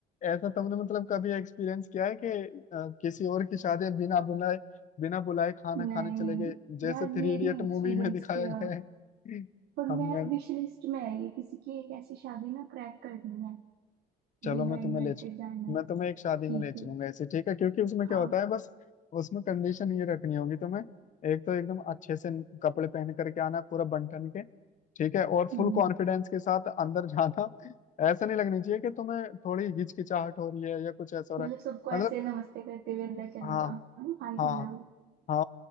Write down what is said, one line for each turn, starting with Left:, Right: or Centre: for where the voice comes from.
Left: ऐसा तुमने मतलब कभी एक्सपीरियंस किया है कि अ, किसी और की शादी में बिना बुलाए बिना बुलाए खाना
Right: नहीं
Left: खाने चले गए जैसे
Right: यार ये
Left: थ्री इडियट
Right: नहीं एक्सपीरियंस
Left: मूवी में दिखाया
Right: किया
Left: गया है <laughs>
Right: और
Left: हमने
Right: मैं विश लिस्ट में है ये किसी की एक ऐसी शादी ना क्रैक करनी है
Left: चलो
Right: बिना
Left: मैं तुम्हें
Right: इनवाइटेड
Left: ले चल-
Right: जाना है
Left: मैं तुम्हें एक शादी
Right: ठीक
Left: में ले चलूंगा
Right: है
Left: ऐसे ठीक है क्योंकि उसमें क्या
Right: हाँ
Left: होता है बस उसमें कंडीशन ये रखनी होगी तुम्हें एक तो एकदम अच्छे से कपड़े पहन करके आना पूरा बन ठन के ठीक है और फुल
Right: हम्म
Left: कॉन्फिडेंस के साथ अंदर जाना ऐसा नहीं लगनी चाहिए कि तुम्हें थोड़ी हिचकिचाहट हो रही है या कुछ ऐसा हो रहा
Right: मतलब
Left: है
Right: सबको
Left: मतलब
Right: ऐसे नमस्ते करते हुए अंदर चले
Left: हाँ
Right: जाओ है ना, हाय
Left: हाँ
Right: हेलो
Left: हाँ